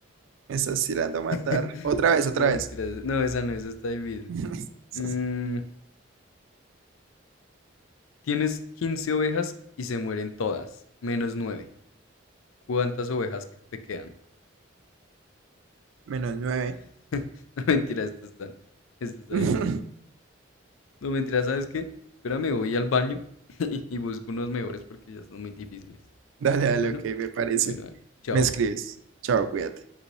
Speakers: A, on the right (about 75°); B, on the left (about 85°).
A: me estás tirando a matar.
B: <laughs>
A: Otra vez, otra
B: No,
A: vez.
B: mentiras. No, esa no, esa está difícil.
A: <laughs>
B: Mm, tienes 15 ovejas y se mueren todas, menos 9. ¿Cuántas ovejas que te quedan?
A: Menos nueve.
B: <laughs> No mentira, esto está, esto está
A: <laughs>
B: difícil. No mentira, ¿sabes qué? Espérame, voy al baño <laughs> y busco unos mejores porque ya son muy difíciles.
A: Dale, dale,
B: Bueno,
A: ok, me parece.
B: bueno, vale. Chao.
A: Me escribes. Chao, cuídate.